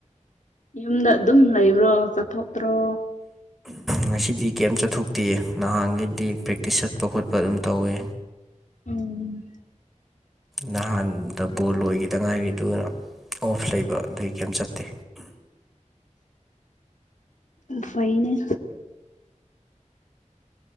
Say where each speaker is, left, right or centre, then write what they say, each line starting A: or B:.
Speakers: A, on the left (about 75°); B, in the centre.
A: ꯌꯨꯝꯗ ꯑꯗꯨꯝ ꯂꯩꯕ꯭ꯔꯣ ꯆꯠꯊꯣꯛꯄ꯭ꯔꯣ
B: ꯉꯁꯤꯗꯤ ꯀꯦꯝꯝ ꯆꯠꯊꯣꯛꯇꯦ ꯅꯍꯥꯟꯒꯤꯗꯤ ꯄ꯭ꯔꯦꯛꯇꯤꯁ ꯆꯠꯄ ꯈꯣꯠꯄ ꯑꯗꯨꯝ ꯇꯧꯋꯦ
A: ꯎꯝ
B: ꯅꯍꯥꯟꯗ ꯕꯣꯜ ꯑꯣꯏꯣꯏꯈꯤꯗ ꯉꯥꯏꯔꯤ ꯑꯗꯨꯅ ꯑꯣꯐ ꯂꯩꯕ ꯑꯗꯨꯒꯤ ꯀꯔꯤꯝ ꯆꯠꯇꯦ
A: ꯐꯥꯏꯩꯅ